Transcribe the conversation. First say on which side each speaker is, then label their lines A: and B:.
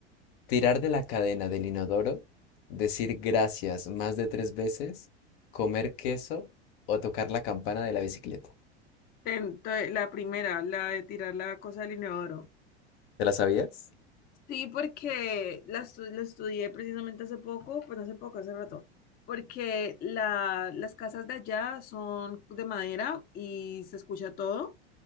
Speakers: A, on the left (about 60°); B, on the left (about 30°).
A: Tirar de la cadena del inodoro, decir gracias más de tres veces, comer queso o tocar la campana de la bicicleta.
B: Ten- to- la primera, la de tirar la cosa del inodoro.
A: ¿Te la sabías?
B: Sí, porque la, estu- lo estudié precisamente hace poco, pues hace poco, hace rato, porque la, las casas de allá son de madera y se escucha todo,